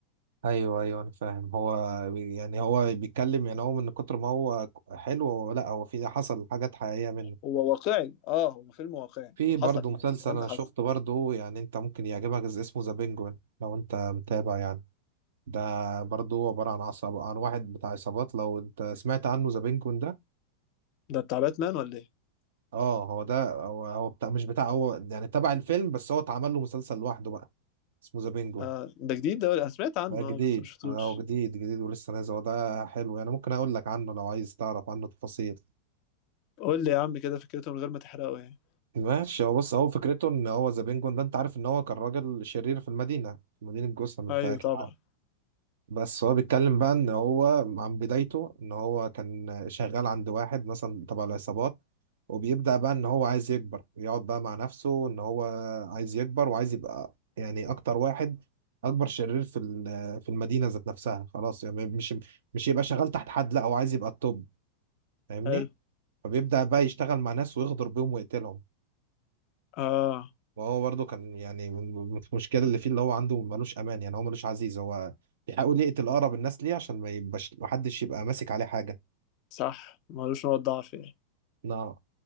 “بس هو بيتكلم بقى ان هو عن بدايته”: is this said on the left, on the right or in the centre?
Right